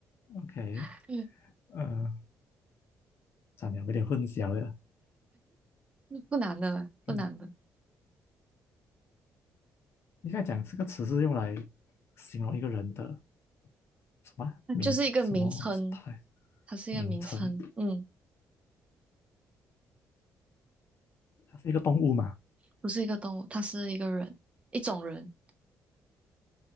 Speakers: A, on the left (about 55°); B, on the right (about 25°).
A: OK，
B: <laughs> 嗯，
A: 呃，算了，有点混淆了。
B: 不难的，不难的，
A: 嗯，应该讲这个词是用来形容一个人的什么啊名什么态
B: 它就是一个名称，它是一个名称，
A: 名称，
B: 嗯，
A: 它是一个动物嘛，
B: 不是一个动物，它是一个人，一种人，